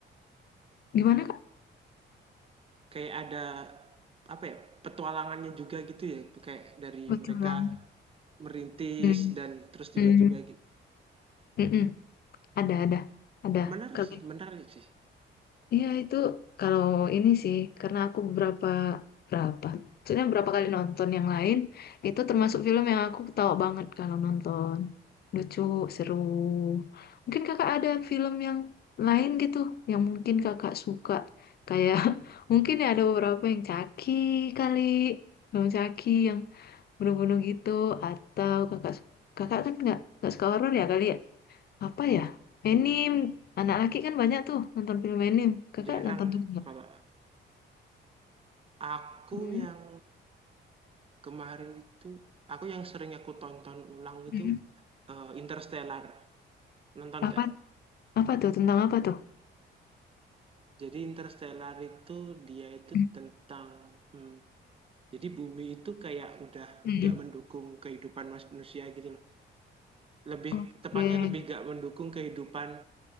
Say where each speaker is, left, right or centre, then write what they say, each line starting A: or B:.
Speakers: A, on the left; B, on the right.
A: gimana kak
B: kayak ada apa ya petualangannya juga gitu ya kayak dari
A: betul
B: mereka
A: banget.
B: merintis
A: Hmm,
B: dan terus tiba-tiba
A: hmm, mm-mm. ada ada ada
B: menarik
A: kalau
B: sih menarik sih
A: Iya itu kalau ini sih karena aku beberapa berapa maksudnya beberapa kali nonton yang lain itu termasuk film yang aku ketawa banget kalau nonton lucu seru mungkin kakak ada film yang lain gitu yang mungkin kakak suka kayak <laughs> mungkin ya ada beberapa yang caki kali film caki yang bunuh-bunuh gitu atau kakak kakak kan nggak nggak suka horor ya kali ya apa ya? Anime. Anak laki kan banyak tuh nonton film anime. Kakak
B: jarang
A: nonton juga nggak?
B: kalau aku
A: Hmm.
B: yang kemarin itu aku yang sering aku tonton ulang itu
A: Hmm.
B: eh, Interstellar nonton
A: Apa
B: nggak
A: apa tuh tentang apa tuh?
B: jadi Interstellar itu dia itu
A: Hmm.
B: tentang hmm, Jadi bumi itu kayak udah
A: Hmm.
B: nggak mendukung kehidupan manusia gitu loh. Lebih
A: Oke.
B: tepatnya lebih nggak mendukung kehidupan